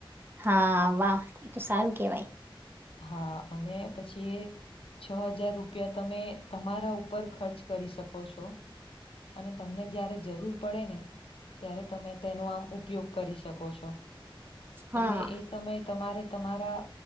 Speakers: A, on the right; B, on the left.
A: હા, વાહ એ તો સારું કેવાય
B: હા અને પછી છ હજાર રૂપિયા તમે તમારા ઉપર ખર્ચ કરી શકો છો, અને તમને જ્યારે જરૂર પડે ને ત્યારે તમે તેનો આમ ઉપયોગ કરી શકો છો,
A: હા
B: એટલે એ સમયે તમારે તમારા